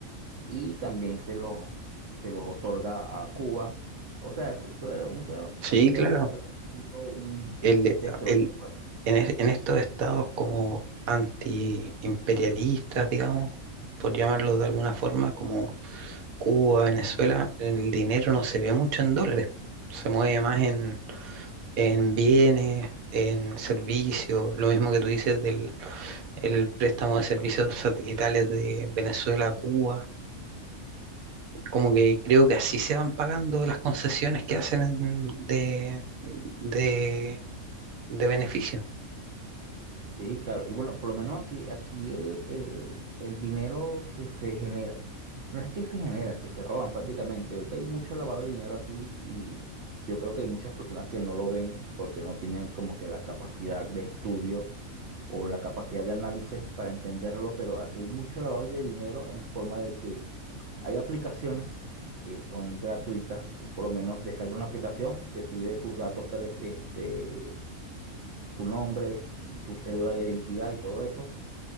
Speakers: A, on the right; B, on the right.
A: y también se los, se los otorga a Cuba. O sea, eso era un- eso
B: Sí,
A: aquí
B: claro.
A: había sido un
B: El,
A: desplome
B: el-
A: fuerte.
B: en, es- en estos estados como antiimperialistas, digamos, por llamarlos de alguna forma, como Cuba, Venezuela, el dinero no se ve mucho en dólares, se mueve más en, en bienes, en servicios, lo mismo que tú dices del el préstamo de servicios satelitales de Venezuela a Cuba, como que creo que así se van pagando las concesiones que hacen en- de, de, de beneficio.
A: Sí, claro. Y bueno, por lo menos aquí, aquí el, el, el dinero que se genera, no es que se genera, que se roban prácticamente. Ahorita hay mucho lavado de dinero aquí y yo creo que hay muchas personas que no lo ven porque no tienen como que la capacidad de estudio o la capacidad de análisis para entenderlo, pero aquí hay mucho lavado de dinero en forma de que hay aplicaciones que son gratuitas, o por lo menos descarga una aplicación, te pide tus datos, tele- este tu nombre, tu cédula de identidad y todo eso.